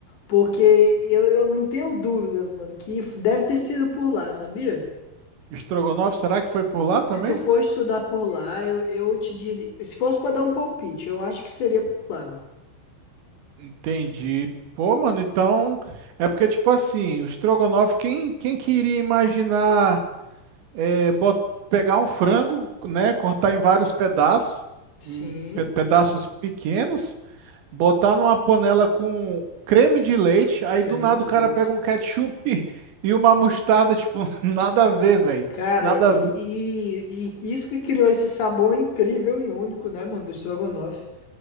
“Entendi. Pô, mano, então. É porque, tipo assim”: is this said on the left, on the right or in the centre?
Right